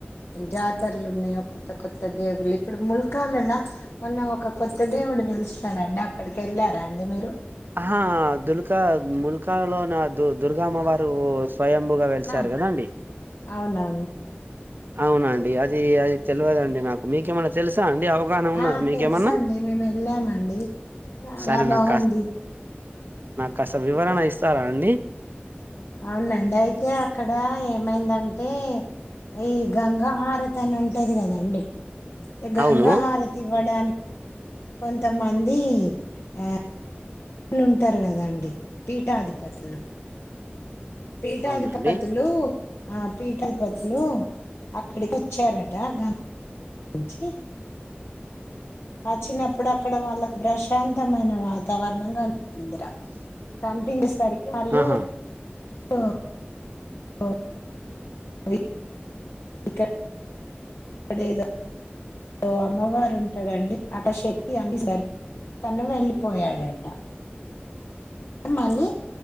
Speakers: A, on the left (about 80°); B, on the right (about 55°).
A: జాతరలు ఉన్నాయి కొత్త కొత్త దేవుళ్ళు ఇప్పుడు ముల్కానా లో ఉన్న ఒక కొత్త దేవు డు వెలుస్తాడంట అక్కడికి వెళ్ళారా అండి మీరు
B: ఆ దుల్కా ముల్కానా లో దుర్గామ్మవారు స్వయంభుగా వెలిచారు
A: ఆ
B: కదండి
A: అవునవును
B: అవునండి అది అది తెలియదండి నాకు మీకేమన్నా తెలుసా అండి అవగాహన ఉన్నదా
A: ఆ
B: మీకేమన్నా
A: తెలుసండి మేము వెళ్ళామండి చాలా
B: సరే
A: బాగుంది
B: నాకు కాస్త వివరణ ఇస్తారా అండి
A: అవునండి అయితే అక్కడ ఏమైందంటే ఈ గంగాహార తీ అని ఉంటది కదండి ఇగా
B: అవును
A: గంగాహారతి ఇవ్వడానికి కొంతమంది అ లుంటారు కదండి పీఠాధిపతులు పీఠాధిపతులు
B: అవునండి
A: ఆ పీఠాధిపతులు అక్కడికి వచ్చారట గంగ వచ్చి అచ్చినప్పుడు అక్కడ వాళ్ళకి ప్రశాంతమైన వాతావరణం కాన్పి ఉందిరా కనిపించేసరికి వాళ్ళు
B: ఆహా
A: ఉ ఓ వైఫై ఇక్కడ అదేదో ఓ అమ్మవారు ఉంటారండి అట్ల శక్తి అన్ని సరి తను వెళ్ళిపోయాడంట మళ్ళీ